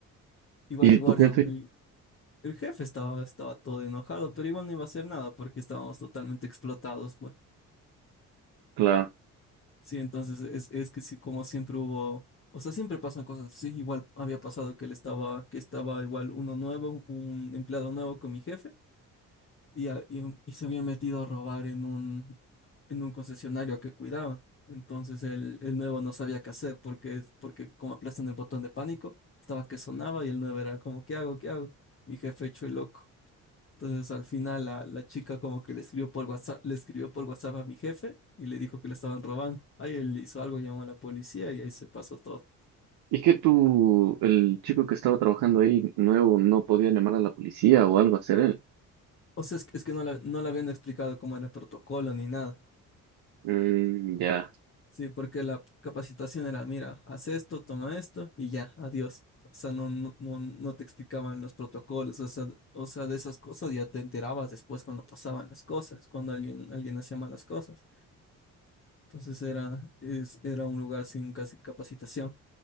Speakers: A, on the left; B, on the right.
A: Igual
B: ¿Y
A: el guardia,
B: tu jefe?
A: el El jefe estaba, estaba todo enojado, pero igual no iba a hacer nada porque estábamos totalmente explotados, pues.
B: Claro.
A: Sí, entonces es, es que sí, como siempre hubo, o sea, siempre pasan cosas Sí, Igual había pasado que él estaba, que estaba igual uno nuevo, un un empleado nuevo con mi jefe, y, a- y, un- y se había metido a robar en un, en un concesionario que cuidaba. Entonces el, el nuevo no sabía qué hacer porque, porque como aplastan el botón de pánico, estaba que sonaba y el nuevo era como, ¿qué hago? ¿Qué hago? Mi jefe hecho el loco. Entonces al final la, la chica como que le escribió por WhatsApp, le escribió por WhatsApp a mi jefe y le dijo que le estaban robando. Ahí él hizo algo, llamó a la policía y ahí se pasó todo.
B: ¿Y que tú, el chico que estaba trabajando ahí nuevo, no podía llamar a la policía o algo hacer él?
A: O sea, es, que es que no, la- no le habían explicado cómo era el protocolo ni nada.
B: Mm, ya.
A: Sí, porque la capacitación era, mira, haz esto, toma esto y ya, adiós. O sea, no, no, no, no te explicaban los protocolos, o sea, o sea, de esas cosas ya te enterabas después cuando pasaban las cosas, cuando alguien, alguien hacía malas cosas. Entonces era, es, era un lugar sin casi capacitación.